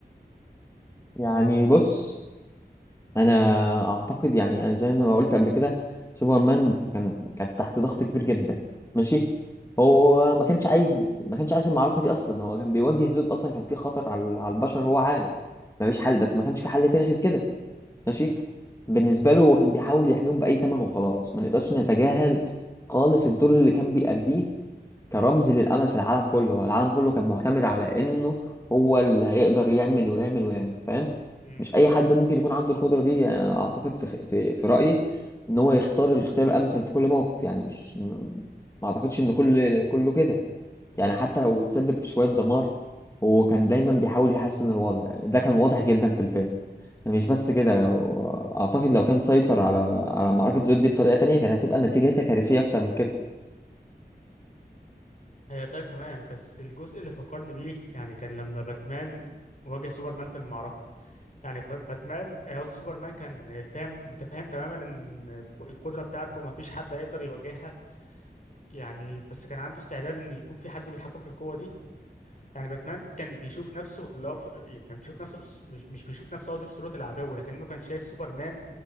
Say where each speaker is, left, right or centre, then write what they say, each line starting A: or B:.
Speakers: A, on the left; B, on the left.
A: يعني بص انا اعتقد يعني أنا زي ما قلت قبل كده سوبرمان كان كان تحت ضغط كبير جدا ماشي هو ما كانش عايز ما كانش عايز المعركه دي اصلا هو كان بيواجه زون اصلا كان في خطر على على البشر هو عارف ما فيش حل بس ما كانش في حل تاني غير كده ماشي بالنسبه له هو كان بيحاول يحميهم باي ثمن وخلاص ما نقدرش نتجاهل خالص الدور اللي كان بيأديه كان رمز للأمل في العالم كله هو العالم كله كان معتمد على إنه هو اللي هيقدر يعمل ويعمل ويعمل فاهم
B: امم
A: مش أي حد ممكن يكون عنده القدرة دي يعني أنا أعتقد في في, في رأيي إن هو يختار الاختيار الأمثل في كل موقف يعني مش م- ما أعتقدش إن كل كله كده
B: امم
A: يعني حتى لو تسبب في شوية دمار هو كان دايما بيحاول يحسن الوضع ده كان واضح جدا في الفيلم مش بس كده لو أعتقد لو كان سيطر على على معركة زود دي بطريقة تانية كانت هتبقى نتيجتها كارثية أكتر من كده
B: آه، طيب تمام بس الجزء اللي فكرني بيه يعني كان لما باتمان واجه سوبرمان في المعركة يعني كان باتمان آه، قصدي سوبرمان كان فاهم متفاهم تماما ان ك- القدرة بتاعته ما فيش حد هيقدر يواجهها يعني بس كان عنده استعداد ان يكون في حد بيتحكم في القوة دي يعني باتمان كان بيشوف نفسه في اللي هو في- كان بيشوف نفسه في... س- مش مش بيشوف نفسه قصدي في صورة العدو لكنه كان شايف سوبرمان